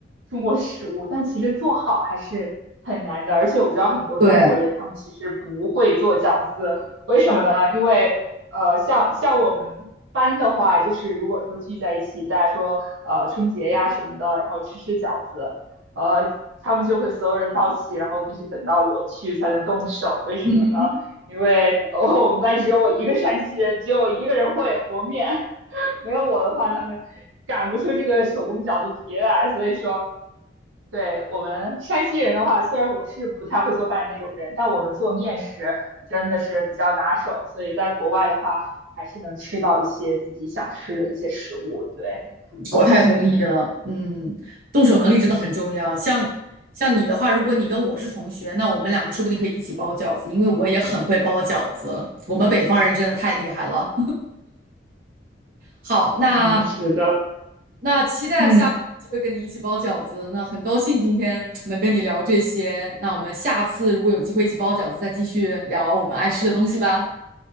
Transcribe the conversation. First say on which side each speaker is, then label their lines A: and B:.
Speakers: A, on the right (about 85°); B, on the right (about 45°).
A: 中国食物，但其实做好还是很难的。而且我知道很多中国人他们其实不会做饺子，
B: 对
A: 为什么呢？因为呃，像像我们班的话，就是如果说聚在一起，大家说呃春节呀什么的，然后吃吃饺子。呃，他们就会所有人到齐，然后必须等到我去才能动手。为什么呢？
B: <laughs>，嗯，
A: 因为哦，我们班只有我一个山西人，只有我一个人会和面，<laughs> 没有我的话，他们擀不出这个手工饺子皮来。所以说，对我们山西人的话，虽然我是不太会做饭的那种人，但我们做面食真的是比较拿手，所以在国外的话，还是能吃到一些自己想吃的这些食物。对，呃，
B: 我太同意了。
A: 所以
B: 嗯，动手能力真的很重要。像像你的话，如果你跟我是同学，那我们两个说不定可以一起包饺子，因为我也很会包饺子。我们北方人真的太厉害了。好，那
A: 嗯，是的，
B: 那期待下次有机会跟你一起包饺子。
A: 嗯。
B: 那很高兴今天能跟你聊这些。那我们下次如果有机会一起包饺子，再继续聊我们爱吃的东西吧。